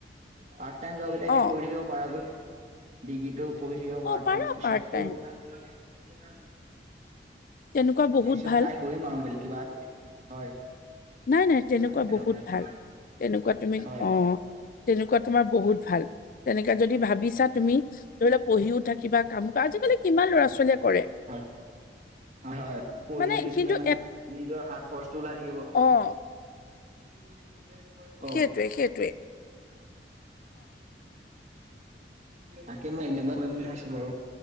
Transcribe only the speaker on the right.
পাৰ্ট টাইম জব কৰি থাকিব
পৰা গৈ ডিগ্ৰীটো পঢ়ি থাকিব পৰাটো
পিছতো
<unintelligible>
পিছত
ট্ৰাই কৰিম আৰু বলেগ কিবা হয়
পাৰ্ট টাইম
জব এটা কৰিম।
হয়। হয়।
হয়-হয়-হয় পঢ়ি
থাকি
পেলে মানে নিজৰ হাত খৰচটো ওলাই থাকিব
<inaudible> কওক?
তাকে মই এনেকুৱা কৰিম বুলি ভাবিছো বাৰু